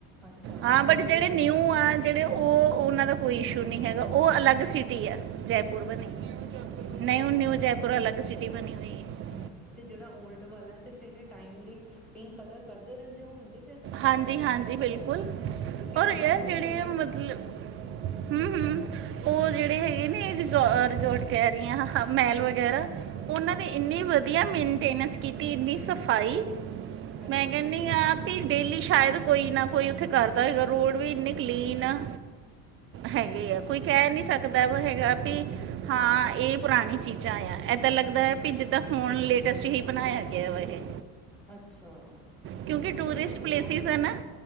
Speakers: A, in the centre; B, on the right.
A: ਅੱਛਾ ਅਤੇ
B: ਹਾਂ
A: ਫਿਰ
B: ਬਟ
A: ਇਹ
B: ਜਹੜੇ ਨਿਊ ਆ ਜਿਹੜੇ ਉਹ ਉਹਨਾਂ ਦਾ ਕੋਈ ਇਸ਼ੂ ਨਹੀਂ ਹੈਗਾ ਉਹ ਅਲੱਗ ਸਿਟੀ ਆ ਜੈਪੁਰ ਬਣੀ
A: ਠੀਕ
B: ਨਹੀਂ
A: ਹੈ
B: ਉਹ ਨਿਊ ਜੈਪੁਰ ਅਲੱਗ ਸਿਟੀ ਬਣੀ ਹੋਈ ਹੈ
A: ਹਮ ਤੇ ਜਿਹੜਾ ਓਲਡ ਵਾਲਾ ਤੇ ਫੇਿਰ ਟਾਈਮਲੀ ਪਿੰਕ ਕਲਰ ਕਰਦੇ ਰਹਿੰਦੇ ਹੁੰਗੇ
B: ਹਾਂਜੀ ਹਾਂਜੀ ਬਿਲਕੁਲ
A: ਕਿਉਂਕਿ
B: ਔਰ
A: ਖ਼ਰਾਬ
B: ਯਾਰ
A: ਹੋ
B: ਜਿਹੜੇ
A: ਜਾਂਦਾ
B: ਮਤਲਬ ਹਮ-ਹਮ ਉਹ ਜਿਹੜੇ ਹੈਗੇ ਨੇ ਰਿਜੋਰਟ ਕਹਿ ਰਹੀ ਆ ਮਾਲ ਵਗੈਰਾ ਉਹਨਾਂ ਨੇ ਇੰਨੇ ਵਧਆ ਵਧੀਆ ਮੇਨਟੇਨੈਂਸ ਕੀਤੀ ਇਹਦੀ ਸਫਾਈ
A: ਅੱਛਾ
B: ਮੈਂ ਕਹਿੰਦੀ ਆਪ ਡੇਲੀ ਸ਼ਾਇਦ ਕੋਈ ਨਾ ਕੋਈ ਉੱਥੇ ਕਰਦਾ ਹੋਏਗਾ ਰੋਡ ਵੀ ਇੰਨੇ ਕਲੀਨ ਆ। ਹੈਗੀ ਆ। ਕੋਈ ਕਹਿ ਨਹੀਂ ਸਕਦਾ ਵਾ ਹੈਗਾ ਵੀ ਹਾਂ ਇਹ ਪੁਰਾਣੀ ਚੀਜ਼ਾਂ ਆ। ਇੱਦਾਂ ਲੱਗਦਾ ਹੈ ਵੀ ਜਿੱਦਾਂ ਹੁਣ ਲੇਟੈਸਟ ਹੀ ਬਣਾਇਆ ਗਿਆ ਵਾ ਇਹ।
A: ਅੱਛਾ।
B: ਕਿਉਂਕਿ ਟੂਰਿਸਟ
A: ਤੇ ਇਹ ਤਾਂ
B: ਪਲੇਸਿਸ
A: ਬਹੁਤ ਅੱਛਾ
B: ਹੈ ਨਾ